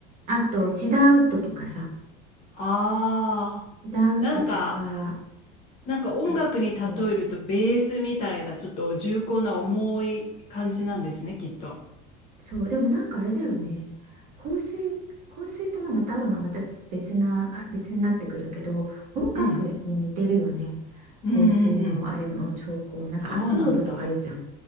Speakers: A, on the right; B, on the left.
A: あと、シダーウッドとかさ、
B: え。ああ。
A: シダーウッドとか、
B: なんか、なんか音楽に例えるとベースみたいなちょっと重厚な重い感じなんですね、
A: あと、
B: きっと。
A: そうでもなんかあれだよね香水香水とまあまたアロマまた別なあ別になってくるけど音楽に似てるよね
B: うんうんうんうん。
A: 香水のあれも調香なんかアコードとか言うじゃん
B: そうなんだ。